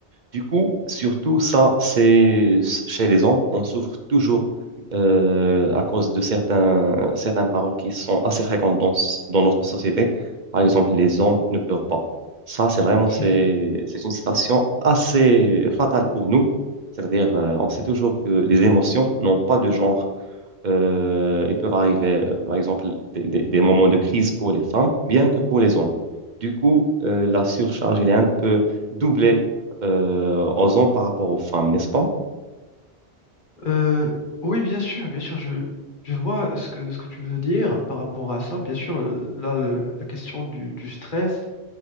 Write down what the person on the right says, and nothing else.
Du coup, surtout ça, c'est chez les hommes, on souffre toujours euh, à cause de certains, certaines paroles qui sont assez fréquentes dans, dans notre société. Par exemple, les hommes ne pleurent pas. Ça, c'est vraiment
c'est, c'est une citation assez fatale pour nous. C'est-à-dire, euh, on sait toujours que les émotions n'ont pas de genre. Euh, ils peuvent arriver, euh, par exemple, des, des- des moments de crise pour les femmes, bien que pour les hommes. Du coup, euh, la surcharge, elle est un peu doublée euh, aux hommes par rapport aux femmes, n'est-ce pas?